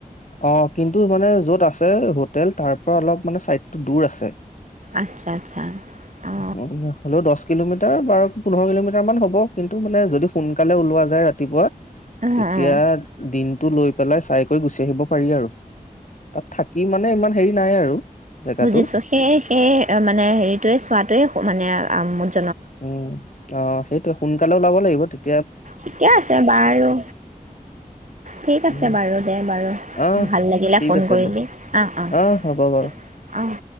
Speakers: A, on the left; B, on the right.
A: অ কিন্তু মানে য'ত আছে হোটেল তাৰ পৰা অলপ মানে চাইডটো দূৰ আছে।
B: আচ্ছা আচ্ছা অ।
A: উম, হ'লেও দহ কিলোমিটাৰ বাৰ পোন্ধৰ কিলোমিটাৰ মান হ'ব কিন্তু মানে যদি সোনকালে ওলোৱা যায় ৰাতিপুৱা
B: অঁ
A: তেতিয়া
B: অঁ
A: দিন টো লৈ পেলাই চাই কৰি গুচি আহিব। পাৰি আৰু। তাত থাকি মানে ইমান হেৰি নাই আৰু। জেগাটো
B: বুজিছো সেই সেই মানে হেৰিটোৱে চোৱাটোৱে মানে আমোদ।
A: উম অ সেইটোে সোনকালেও লাব লাগিব তেয়া
B: ঠিকে আছে বাৰু ঠিক
A: উম
B: আছে বাৰু দে বাৰু
A: আহ
B: ভাল লাগিলে
A: ঠিক
B: ফোন
A: আছে
B: কৰিলি
A: দে
B: অ অঁ
A: আহ হ'ব বাৰু
B: ঠছে অঁ